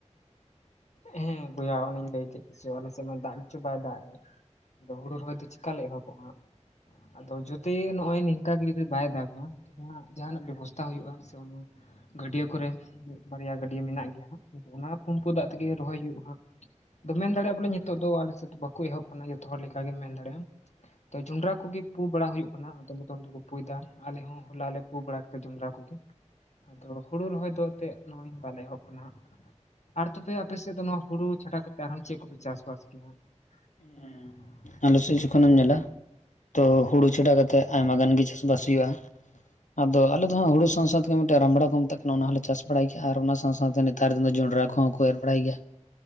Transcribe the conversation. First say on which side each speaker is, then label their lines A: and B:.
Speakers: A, on the left (about 65°); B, on the left (about 80°).
A: ᱦᱮᱸ ᱵᱩᱭᱦᱟ ᱚᱱᱮᱧ ᱞᱟᱹᱭᱠᱮ ᱥᱮ ᱚᱞᱮ ᱥᱮᱫ ᱢᱟ ᱫᱟᱜ ᱜᱮᱪᱩ ᱵᱟᱭ ᱫᱟᱜ ᱮᱫ ᱟᱫᱚ ᱦᱩᱲᱩ ᱨᱚᱦᱚᱭ ᱫᱚ ᱪᱤᱠᱟ ᱞᱮ ᱮᱦᱚᱵᱚᱜᱼᱟ ᱟᱫᱚ ᱡᱩᱫᱤ ᱱᱚᱜᱼᱚᱭ ᱱᱤᱝᱠᱟᱹ ᱜᱮ ᱡᱩᱫᱤ ᱵᱟᱭ ᱫᱟᱜᱟ ᱡᱟᱦᱟᱱᱟᱜ ᱵᱮᱵᱚᱥᱛᱷᱟ ᱦᱩᱭᱩᱜᱼᱟ ᱥᱮ <unintelligible> ᱜᱟᱹᱰᱭᱟᱹ ᱠᱚᱨᱮ ᱢᱤᱫ ᱵᱟᱨᱭᱟ ᱜᱟᱹᱰᱭᱟᱹ ᱢᱮᱱᱟᱜ ᱜᱮᱭᱟ, ᱦᱟᱸ ᱚᱱᱟ ᱯᱩᱢᱯᱩ ᱫᱟᱜ ᱨᱚᱦᱚᱭ ᱦᱩᱭᱩᱜᱼᱟ <unintelligible> ᱟᱫᱚ ᱢᱮᱱ ᱫᱟᱲᱮᱭᱟᱜᱼᱟ ᱵᱚᱞᱮ ᱱᱤᱛᱚᱜ ᱫᱚ ᱟᱞᱮ ᱥᱮᱫ ᱫᱚ ᱵᱟᱠᱚ ᱮᱦᱚᱵ ᱟᱠᱟᱱᱟ ᱡᱚᱛᱚ ᱦᱚᱲᱠ ᱜᱮᱢ ᱢᱮᱱ ᱫᱟᱲᱮᱭᱟᱜᱼᱟ᱾ ᱛᱚ ᱡᱚᱱᱰᱨᱟ ᱠᱚᱜᱮ ᱯᱩ ᱵᱟᱲᱟ ᱦᱩᱭᱩᱜ ᱠᱟᱱᱟ ᱟᱫᱚ ᱡᱚᱛᱚ ᱦᱚᱲ ᱛᱮ ᱠᱚ ᱯᱩᱭ ᱮᱫᱟ᱾ ᱟᱞᱮ ᱦᱚᱸ ᱦᱚᱞᱟ ᱞᱮ ᱯᱩ ᱵᱟᱲᱟ ᱠᱮᱫᱟ, ᱡᱚᱸᱱᱰᱨᱟ ᱠᱚᱜᱮ᱾ ᱟᱫᱚ ᱦᱩᱲᱩ ᱨᱚᱦᱚᱭ ᱫᱚ ᱛᱮᱜ ᱱᱚᱜᱚᱭ ᱵᱟᱞᱮ ᱮᱦᱚᱵ ᱟᱠᱟᱱᱟ᱾ ᱟᱨ ᱛᱚᱵᱮ ᱟᱯᱮᱥᱮᱫ ᱫᱚ ᱱᱚᱣᱟ ᱦᱩᱲᱩ ᱪᱷᱟᱰᱟ ᱠᱟᱛᱮᱫ ᱟᱨᱦᱚᱸ ᱪᱮᱫ ᱠᱚᱯᱮ ᱪᱟᱥ ᱵᱟᱟᱥ ᱜᱮᱭᱟ᱾ <unintelligible>
B: ᱟᱞ ᱥᱮᱫ ᱡᱚᱠᱷᱚᱱᱮᱢ ᱧᱮᱞᱟ, ᱛᱚ ᱦᱩᱲᱩ ᱪᱷᱟᱰᱟ ᱠᱟᱛᱮᱫ ᱟᱭᱢᱟ ᱜᱟᱱ ᱜᱮ ᱪᱟᱥ ᱵᱟᱥ ᱦᱩᱭᱩᱜᱼᱟ᱾ ᱟᱫᱚ ᱟᱞᱮ ᱫᱚᱜ ᱦᱩᱲᱩ ᱥᱟᱶ ᱥᱟᱶ ᱛᱮ ᱢᱤᱫ ᱨᱟᱢᱲᱟ ᱠᱚ ᱢᱮᱛᱟᱜ ᱠᱟᱱᱟ ᱚᱱᱟ ᱦᱚᱸᱞᱮ ᱪᱟᱥ ᱵᱟᱲᱟᱭ ᱜᱮ᱾ ᱟᱨ ᱚᱱᱟ ᱥᱟᱶ ᱥᱟᱶᱛᱮ ᱱᱮᱛᱟᱨᱤᱱ ᱫᱚ ᱡᱚᱱᱰᱨᱟ ᱠᱚᱦᱚᱸ ᱠᱚ ᱮᱨ ᱵᱟᱲᱟᱭ ᱜᱮᱭᱟ᱾